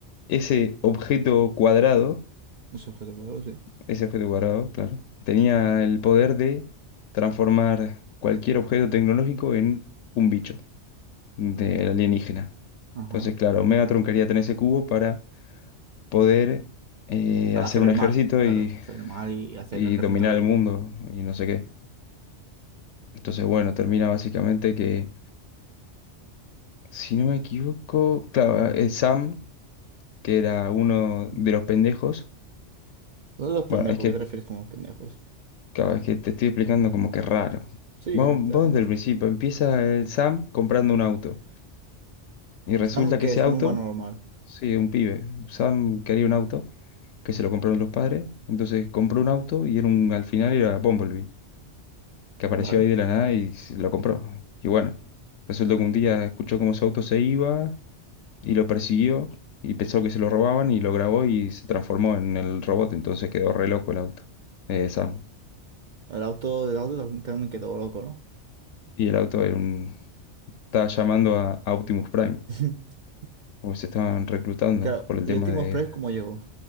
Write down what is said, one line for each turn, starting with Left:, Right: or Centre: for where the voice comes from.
Left: ese objeto cuadrado,
Right: Ese objeto poderoso, sí.
Left: ese objeto cuadrado, claro, tenía el poder de transformar cualquier objeto tecnológico en un bicho de alienígena.
Right: Ajá.
Left: Entonces, claro, Megatron quería tener ese cubo para poder eh,
Right: Hacer
Left: hacer un
Right: el
Left: ejército
Right: mal, claro.
Left: y,
Right: Hacer el mal y hacer
Left: y
Right: el ejército
Left: dominar
Right: a él.
Left: el mundo y no sé qué. Entonces, bueno, termina básicamente que, si no me equivoco, claro, eh, Sam, que era uno
Right: uno
Left: de los pendejos,
Right: de los pendejos,
Left: bueno, es que,
Right: ¿qué te refieres con los pendejos?
Left: claro, es que te estoy explicando como que raro.
Right: Sí,
Left: Vos,
Right: está
Left: vos
Right: un...
Left: desde el principio, empieza el Sam comprando un auto y resulta
Right: estamos que
Left: que ese
Right: es
Left: auto,
Right: un humano normal.
Left: sí, un pibe, Sam quería un auto que se lo compraron los padres, entonces compró un auto y era un, al final era Bumblebee. que apareció
Right: Vale.
Left: ahí de la nada y se lo compró. Y bueno, resultó que un día escuchó cómo su auto se iba y lo persiguió y pensó que se lo robaban y lo grabó y se transformó en el robot. Entonces quedó re loco el auto, eh, Sam.
Right: El auto, el auto también me quedó loco, ¿no?
Left: Y el auto era un- estaba llamando a, a Optimus Prime,
Right: <laughs>
Left: porque se estaban reclutando
Right: Claro,
Left: por el
Right: ¿y
Left: tema
Right: Optimus
Left: de...
Right: Prime cómo llegó?